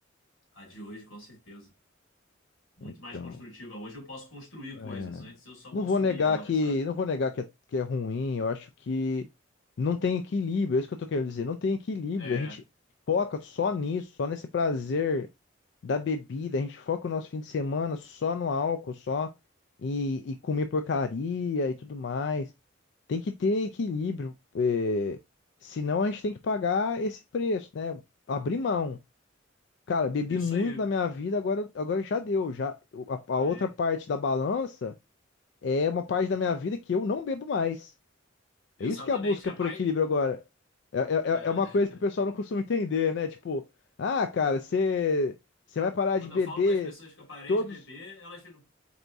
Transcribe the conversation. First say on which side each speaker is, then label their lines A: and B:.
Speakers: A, on the left; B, on the left.
A: A de hoje, com certeza. Muito
B: Então,
A: mais construtiva. Hoje eu posso construir coisas.
B: é,
A: Antes eu só
B: não
A: consumia
B: vou negar
A: elas,
B: que,
A: sabe?
B: não vou negar que é, que é ruim. Eu acho que não tem equilíbrio. É isso que eu tô querendo dizer. Não tem equilíbrio.
A: É,
B: A gente foca só nisso, só nesse prazer da bebida. A gente foca o nosso fim de semana só no álcool, só e, e comer porcaria e tudo mais. Tem que ter equilíbrio, é, senão a gente tem que pagar esse preço, né? Abrir mão. Cara, bebi
A: isso
B: muito
A: aí.
B: na minha vida, agora, agora já deu. Já, a,
A: Parei.
B: a outra parte da balança é uma parte da minha vida que eu não bebo mais.
A: Exatamente.
B: É isso que é a busca
A: A
B: por
A: pai.
B: equilíbrio agora. É, é,
A: É.
B: é- é uma coisa que o pessoal
A: <laughs>
B: não costuma entender, né? Tipo, ah, cara, você você vai parar
A: Quando
B: de beber
A: eu falo para as pessoas que eu parei
B: todos.
A: de beber, elas ficam,